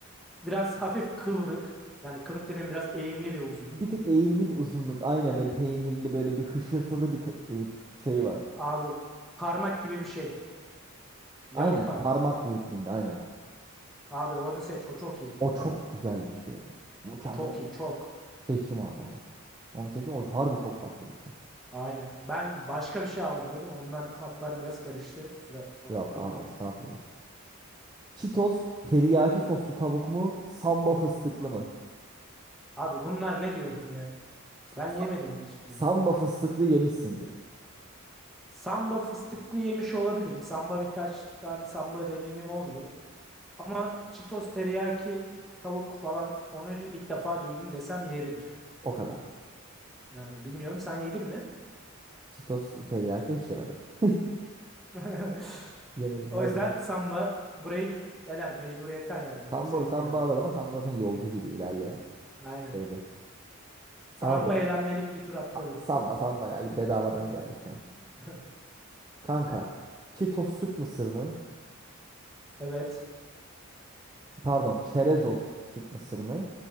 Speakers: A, in the centre; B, on the right.
A: Biraz hafif kıvrık. Yani kıvrık dedim biraz eğimli bir uzunluk.
B: Bir tık eğimli bir uzunluk. Aynen böyle peynirli böyle bir hışırtılı bir ta- e, şey var.
A: Abi parmak gibi bir şey. Yamuk
B: Aynen
A: parmak
B: parmak
A: mı?
B: büyüklüğünde aynen.
A: Abi onu seç. O çok iyi.
B: O çok güzel bir şey. Mükemmel.
A: Çok iyi. Çok.
B: Seçtim abi onu. Onu seçtim. O harbi çok tatlı bir şey.
A: Aynen. Ben başka bir şey algıladım. Ondan hatlar biraz karıştı. Kusura
B: Yok
A: bakma.
B: abi estağfurullah. Cheetos teriyaki soslu tavuk mu? Samba fıstıklı mı?
A: Abi bunlar ne diyorum ya? Ben
B: Sa-
A: yemedim mi hiçbirini?
B: Samba fıstıklı yemişsindir.
A: Samba fıstıklı yemiş olabilirim. Samba birkaç tane samba deneyimim oldu. Ama Cheetos teriyaki tavuk falan onu ilk defa duydum desem yeridir.
B: O kadar.
A: Yani bilmiyorum sen yedin mi?
B: Cheetos teriyaki hiç yemedim. <laughs>
A: <laughs>
B: Yemedim
A: O
B: harbi.
A: yüzden samba burayı eler mecburiyetten yani.
B: Samba,
A: Yoksa bilmiyorum.
B: samba alırım ama samba zaten yolcu gibi ilerleyen
A: Aynen.
B: şeydi.
A: Samba
B: Abi
A: eğlenmelik bir tur atladı.
B: Ha, Samba samba ya bedavadan geldi şu an.
A: <laughs>
B: Kanka Cheetos süt mısır mı?
A: Evet.
B: Pardon Çerezos süt mısır mı?